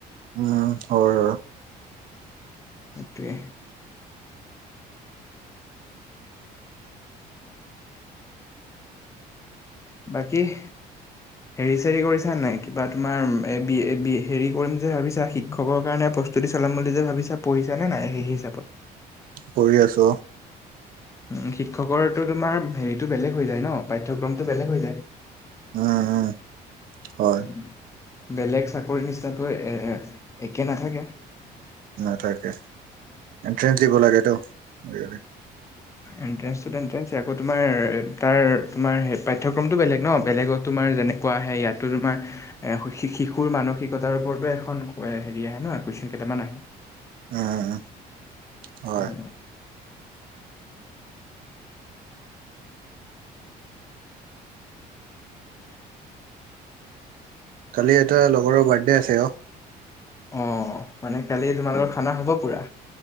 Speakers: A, on the right; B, on the left.
A: উম, হয় হয়।
B: সেইটোৱে। বাকীহ হেৰি চেৰি কৰিছা নাই, কিবা তুমাৰ এ-বি-এ-বি হেৰি কৰিম যে ভাবিছা শিক্ষকৰ কাৰণে প্ৰস্তুতি চলাম বুলি যে ভাবিছা, পহিছা নে নাই সেই হিচাপত?
A: কৰি আছো
B: উম, শিক্ষকৰটো তোমাৰ হেৰিটো বেলেগ হৈ যায় ন, পাঠ্যক্ৰমটো বেলেগ হৈ যায়।
A: উম, উম, হয়।
B: উম, বেলেগ চাকৰিৰ নিচিনাটো এ-এ-একে নাথাকে।
A: নথাকে, এণ্ট্ৰেঞ্চ দিব লাগেতো সেইবাবে।
B: এণ্ট্ৰেঞ্চটোত এণ্ট্ৰেঞ্চে আকৌ তোমাৰ তাৰ তোমাৰ সেই পাঠ্যক্ৰমটো বেলেগ ন, বেলেগত তোমাৰ যেনে কোৱা আহে, ইয়াতটো তোমাৰ এ শি-শিশুৰ মানসিকতাৰ ওপৰতো এখন হেৰি আহে ন, কুৱেছন পেপ জানা নাই।
A: উম, হয়।
B: উম,
A: কালি এটা লগৰৰ বাৰ্থডে আছে অ'।
B: অ', মানে কালি তোমালোকৰ খানা হ'ব পুৰা।